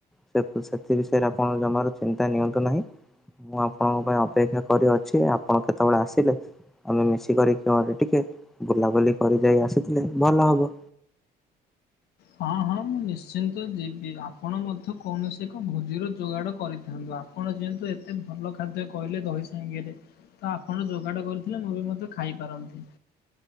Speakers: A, in the centre; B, on the left.
A: ସେ ସେଥି ବିଷୟରେ ଆପଣ ଜମାରୁ ଚିନ୍ତା ନିଅନ୍ତୁ ନାହିଁ। ମୁଁ ଆପଣଙ୍କ ପାଇଁ ଅପେକ୍ଷା କରି ଅଛି। ଆପଣ କେତେବେଳେ ଆସିଲେ ଆମେ ମିଶି କରି କୁଆଡ଼େ ଟିକେ ବୁଲାବୁଲି କରିକି ଯାଇ ଆସୁଥିଲେ ଭଲ ହବ।
B: ହଁ ହଁ ମୁଁ ନିଶ୍ଚିନ୍ତ ଯିବି ଆପଣ ମଧ୍ୟ କୌଣସି ଏକ ଭୋଜିର ଯୋଗାଡ କରିଥାନ୍ତୁ ଆପଣ ଯେହେତୁ ଏତେ ଭଲ ଖାଦ୍ୟ କହିଲେ ଦହି ସାଙ୍ଗରେ ତ ଆପଣ ଯୋଗାଡ଼ କରିଥିଲେ ମୁଁ ବି ମଧ୍ୟ ଖା ଖାଇପାରନ୍ତି।